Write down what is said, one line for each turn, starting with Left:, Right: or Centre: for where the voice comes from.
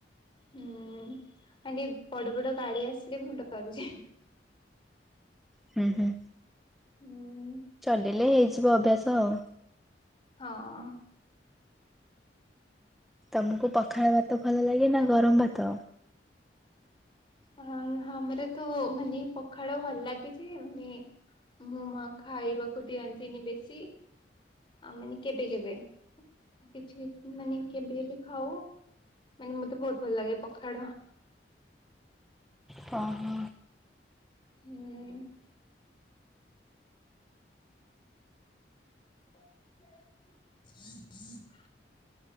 Left: ହୁଁ ଆଣ୍ଟି ବଡ ବଡ ଗାଡି ଆସିଲେ ମୁଁ ଡରିଯାଏ।
Centre: ହୁଁ ହୁଁ।
Left: ଉଁ ହୁଁ।
Centre: ଚଲେଇଲେ ହେଇଯିବ ଅଭ୍ୟାସ ଆଉ
Left: ହଁ।
Centre: ତମକୁ ପଖାଳ ଭାତ ଭଲ ଲାଗେ ନା ଗରମ ଭାତ?
Left: ଅ ଆମର ତ ମାନେ ପଖାଳ ଭଲ ଲାଗେଛି ମାନେ ମୁଁ ମା ଖାଇବାକୁ ଦିଅନ୍ତିନି ବେଶୀ ଆ ମାନେ କେବେ କେବେ କିଛି କିଛି ମାନେ କେମତି କେ ବି ଖାଉ ମାନେ ମତେ ବହୁତ ଭଲ ଲାଗେ ପଖାଳ
Centre: ହ ହ।
Left: ହୁଁ। ଏ <unintelligible>